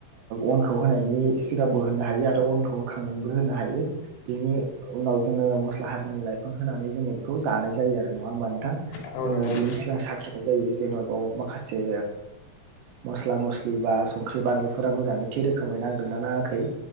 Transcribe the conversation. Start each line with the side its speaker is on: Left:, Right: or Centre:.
Right: अनखौ होनायनि सिगांबो होनो हायो आरो अनखौ होखांनानैबो होनो हायो बिनि उनाव जोङो मस्ला हारिुनि लाइफां होनानै जोङो बेखौ जानाय जायो आरो नङा होमबा नोंथां
Left: औ
Right: जोङो
Left: नंगौ नोंथां
Right: बेनि सिगां साखिनाय जायो जेन' बाव माखासे मस्ला मस्लि बा संख्रि बानलुफोरा मोजाङै थि रोखोमै नांदोनना नाङाखै